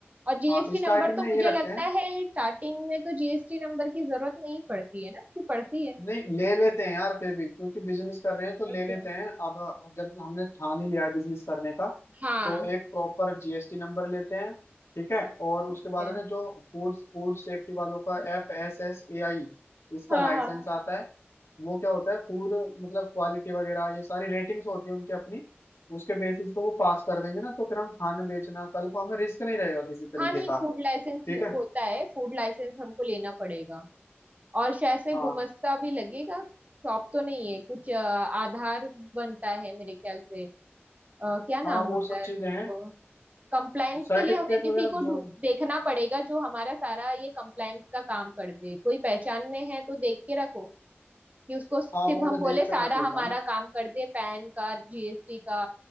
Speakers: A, on the right; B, on the left.
A: और जीएसटी
B: हाँ स्टार्टिंग
A: नंबर तो
B: में
A: मुझे
B: ये रखते
A: लगता
B: हैं
A: है स्टार्टिंग में तो जीएसटी नंबर की जरूरत नहीं पड़ती है ना कि पड़ती है
B: नहीं ले लेते हैं यार फिर भी क्योंकि बिजनेस कर रहे हैं तो ले
A: ओके
B: लेते हैं अब जब हमने ठान ही लिया है बिजनेस करने का
A: हाँ
B: तो एक प्रॉपर जीएसटी नंबर लेते हैं ठीक है और उसके
A: ठीक
B: बाद
A: है
B: है ना जो फूड फूड सेफ्टी वालों का एफ एस एस ए आई इसका
A: हाँ
B: लाइसेंस
A: हाँ हाँ
B: आता है वो क्या होता है फूड मतलब क्वालिटी वगैरह ये सारी रेटिंग्स होती है उनकी अपनी उसके बेसिस पे वो पास कर देंगे ना तो फिर हम खाना बेचना कल को हमें रिस्क नहीं रहेगा किसी तरीके
A: हाँ नहीं
B: का
A: फूड लाइसेंस
B: ठीक है
A: होता है फूड लाइसेंस हमको लेना पड़ेगा और शायद से
B: हाँ
A: गुमस्ता भी लगेगा शॉप तो नहीं है कुछ अ, आधार बनता है मेरे ख्याल से अ, क्या नाम
B: हाँ वो
A: होता
B: सब
A: है
B: चीजें
A: उसको
B: हैं
A: कंप्लाइंस
B: सर्टिफिकेट
A: के लिए हमें किसी
B: वगैरह
A: को
B: जो
A: ढूंढ देखना पड़ेगा जो हमारा सारा ये कंप्लाइंस का काम कर दे कोई पहचान में है तो देख के रखो कि उसको सिर्फ
B: हाँ वो
A: हम
B: मैं
A: बोले
B: देख
A: सारा
B: कर रख लेता
A: हमारा
B: हूँ
A: काम कर दे पैन का जीएसटी का